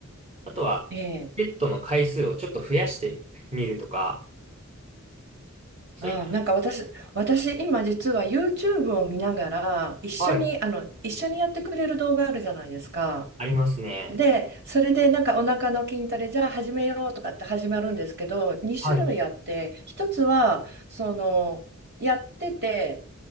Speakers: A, on the right; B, on the right.
A: あとは、
B: ええ。
A: セットの回数をちょっと増やしてみ、みるとか、そういっ
B: ああ、なんか私、私今実は YouTube を見ながら、一緒に、
A: たはい、
B: あの、一緒にやってくれる動画あるじゃないですか。
A: ありますね。
B: で、それでなんかお腹の筋トレじゃあ始めようとかって始まるんですけど、2種類あって、
A: はい。
B: 一つは、その、やってて、